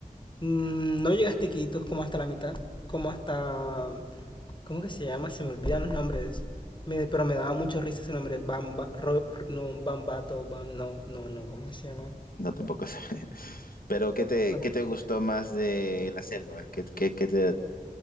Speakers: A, on the left; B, on the left.
A: mm, no llegaste a Iquitos como hasta la mitad, como hasta, ¿cómo que se llama? Se me olvidan los nombres, Me- pero me daba mucho risa ese nombre, Bamba, Ro- R- no, Bambato, Bam, no, no, no, ¿cómo que se llama?
B: No, tampoco sé. <laughs> Pero ¿qué te,
A: No,
B: qué te gustó más de la selva? ¿Qué, qué- qué te,